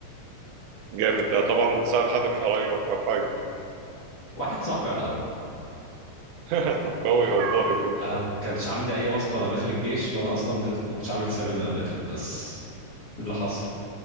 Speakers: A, on the right (about 80°); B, on the left (about 45°).
A: جامد ده طبعا بسبب حد من قرايبك او حاجه
B: واحد صاحبي على القهوة
A: <laughs> طب قوي والله بجد
B: انا ما كانش عندي اي واسطه وانا داخل الجيش وانا اصلا ما كنت- كنتش عامل حسابي ان انا داخل بس ده اللي حصل